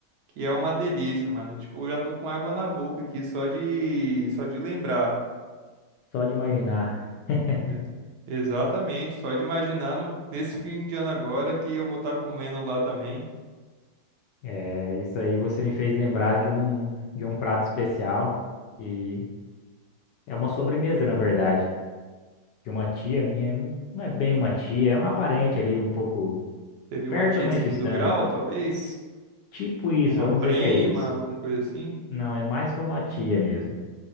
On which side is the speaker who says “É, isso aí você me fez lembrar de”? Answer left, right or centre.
Left